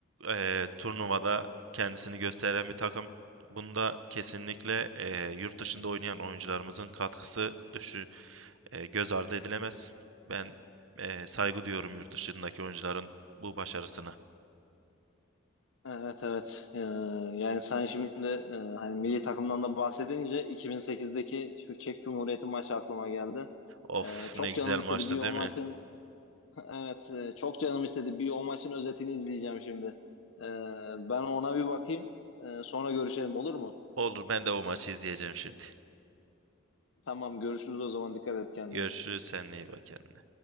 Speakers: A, on the right (about 70°); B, on the left (about 70°).
A: e, turnuvada kendisini gösteren bir takım. Bunda kesinlikle e, yurt dışında oynayan oyuncularımızın katkısı düşü, e, göz ardı edilemez. Ben e, saygı duyuyorum yurt dışındaki oyuncuların bu başarısına.
B: Evet evet. E, yani sen şimdi e, hani milli takımdan da bahsedince 2008'deki şu Çek Cumhuriyeti maçı aklıma geldi.
A: Of
B: E, çok
A: ne güzel
B: canım
A: maçtı
B: istedi bir o
A: değil
B: maçın
A: mi?
B: <laughs> evet e, çok canım istedi bir o maçın özetini izleyeceğim şimdi. E, ben ona bir bakayım. E, sonra görüşelim olur mu?
A: Olur ben de o maçı izleyeceğim şimdi.
B: Tamam görüşürüz o zaman dikkat et kendine.
A: Görüşürüz seninle iyi bak kendine.